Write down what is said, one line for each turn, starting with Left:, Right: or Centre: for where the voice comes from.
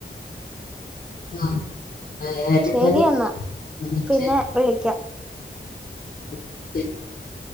Left: ആഹ് ആയാലും
Centre: ശെരി
Left: മതി
Centre: എന്നാ
Left: ഉം
Centre: പിന്നെ
Left: ശരി
Centre: വിളിക്കാം
Left: <inaudible>